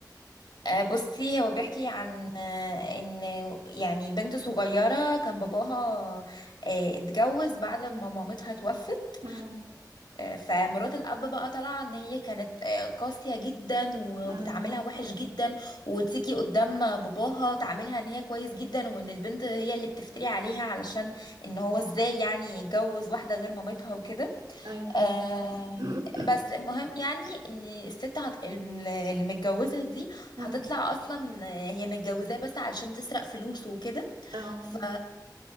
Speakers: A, on the left; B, on the right.
A: آه، بصي هو بيحكي عن آه، ان يعني بنت صغيره كان باباها آه، اتجوز بعد ما
B: مم.
A: مامتها توفت
B: مم.
A: فمرات الاب بقى طالعه ان هي كانت آه، قاسيه جدا وبتعاملها
B: آه.
A: وحش جدا وتيجي قدام باباها تعاملها ان هي كويس جدا وان البنت هي اللي بتفتري عليها علشان ان هو ازاي يعني يتجوز واحده غير مامتها وكده
B: أيوة
A: آم،
B: <coughs>
A: بس المهم يعني ان الست هت... الم- المتجوزة دي
B: مم.
A: هتطلع اصلا هي متجوزاه بس علشان تسرق فلوسه وكده
B: أو
A: ف